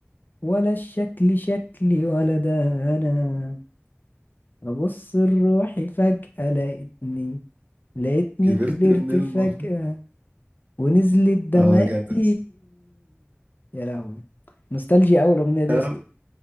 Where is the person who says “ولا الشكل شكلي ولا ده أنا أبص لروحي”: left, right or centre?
Left